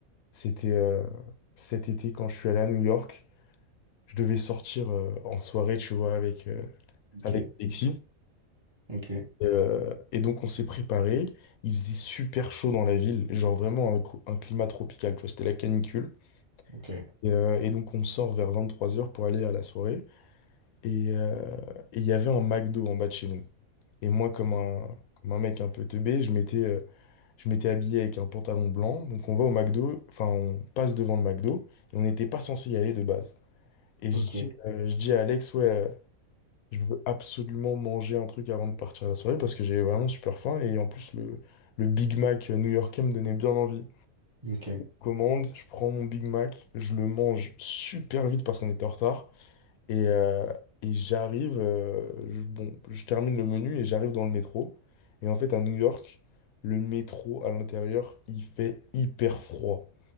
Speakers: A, on the left; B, on the right.
A: c'était euh, cet été quand je suis allé à New York. Je devais sortir euh, en soirée, tu vois, avec, euh,
B: Ok,
A: avec Alexis.
B: ok,
A: Euh, et donc, on s'est préparé. Il faisait super chaud dans la ville, genre vraiment un, cro- un climat tropical, tu vois, c'était la canicule.
B: ok,
A: Et, euh, et donc, on sort vers vingt-trois heures pour aller à la soirée. Et euh, et il y avait un McDo en bas de chez nous. Et moi, comme un, comme un mec un peu teubé, je m'étais euh, je m'étais habillé avec un pantalon blanc. Donc on va au McDo, enfin on passe devant le McDo, et on n'était pas censé y aller de base. Et
B: ok,
A: je dis,
B: ok,
A: euh, je dis à Alex, ouais, euh, je veux absolument manger un truc avant de partir à la soirée parce que j'avais vraiment super faim. Et en plus, le, le Big Mac new-yorkais me donnait bien envie.
B: ok,
A: Commande, je prends mon Big Mac, je le mange super vite parce qu'on était en retard. Et, euh, et j'arrive, euh, je, bon, je termine le menu et j'arrive dans le métro. Et en fait, à New York, le métro à l'intérieur, il fait hyper froid.